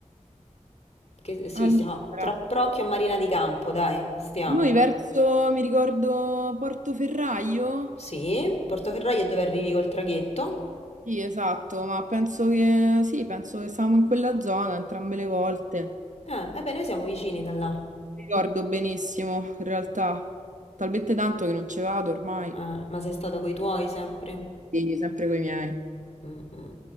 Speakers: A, on the left (about 55°); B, on the right (about 75°).
A: che- sì,
B: allora,
A: stiamo tra Procchio e Marina di Campo, dai, stiamo.
B: noi verso, mi ricordo, Portoferraio?
A: Sì, Portoferraio è dove arrivi col traghetto?
B: Sì, esatto, ma penso che, sì, penso che stavamo in quella zona entrambe le volte.
A: Eh, eh beh, noi siamo vicini da là.
B: Ricordo benissimo, in realtà, talmente tanto che non ci vado ormai.
A: Eh, ma sei stata coi tuoi sempre?
B: Sì, sempre con i miei.
A: Mm, mm.